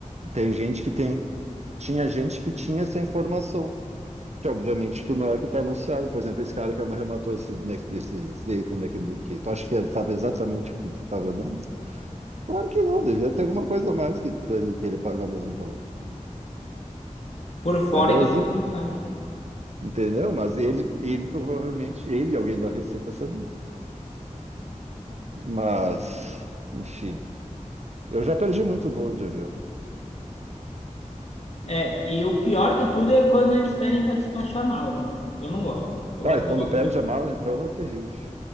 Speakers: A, on the right; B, on the left.
A: Tem gente que tem, tinha gente que tinha essa informação. Que obviamente que não é o que está anunciado. Por exemplo, esse cara que arrematou esse, Mac, esse Z pro MacBook, aí, tu acha que estava exatamente o que estava dentro? Claro que não, devia ter alguma coisa a mais que, para ele querer pagar o mesmo valor.
B: Por fora
A: É Brasil,
B: que o cara não sabe.
A: entendeu? Mas ele, ele provavelmente, ele e alguém da Receita sabia. Mas, enfim, eu já perdi muito voo de avião.
B: É, e o pior de tudo é quando eles pedem pra despachar a mala, cara. Eu não gosto. Eu gosto
A: Ah, e
B: de
A: quando
B: levar
A: perde
B: comigo.
A: a mala, então é terrível.